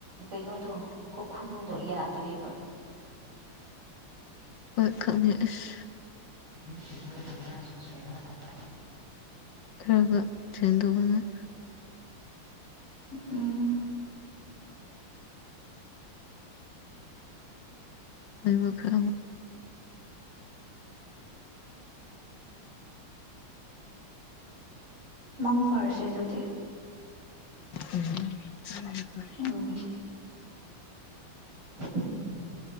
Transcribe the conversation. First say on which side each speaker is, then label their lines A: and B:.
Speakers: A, on the right; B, on the left.
A: ꯀꯩꯅꯣꯗꯣ ꯈꯨꯈꯨꯝꯗꯣ ꯌꯥꯗ꯭ꯔꯦꯕ
B: ꯍꯣꯏ ꯈꯪꯗꯦ ꯑꯁ
A: <unintelligible>
B: ꯈꯔꯥꯒ <unintelligible>
A: ꯎꯝ
B: ꯑꯩꯣꯏꯕꯨꯈ
A: ꯅꯪ ꯐꯔꯁꯦ ꯑꯗꯨꯗꯤ
B: ꯑꯝ ꯎꯝ ꯐꯅꯗꯨꯝ ꯐꯥꯔꯦ
A: ꯎꯝ <inaudible>